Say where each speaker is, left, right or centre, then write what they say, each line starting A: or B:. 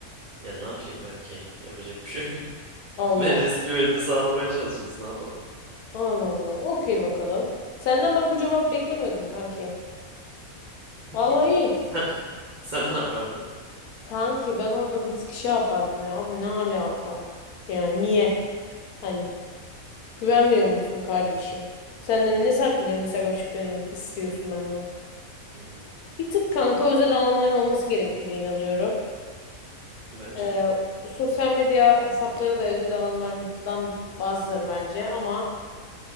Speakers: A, on the right (about 50°); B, on the left (about 85°).
A: Ya ne yapayım kanki? Yapacak bir şey yok.
B: Allah.
A: <laughs> Veriz güvenini sağlamaya çalışıyoruz. Ne yapalım?
B: Allah Allah. Okey bakalım. Senden ben bu cevabı beklemiyordum kanki.
A: <laughs>
B: Vallahi iyi.
A: Sen, sen ne yapardın?
B: Kanki ben orada bir sıkışa yapardım ya. Abi ne alaka? Yani niye? Hani. Güvenmiyor musun kardeşim? Senden ne saklayacağım Instagram şifreni istiyorsun benden.
A: Hı hı.
B: Bir tık kanka özel alanların olması gerektiğine inanıyorum.
A: Bence
B: Ee,
A: de.
B: sosyal medya hesapları da özel alanlardan bazıları bence ama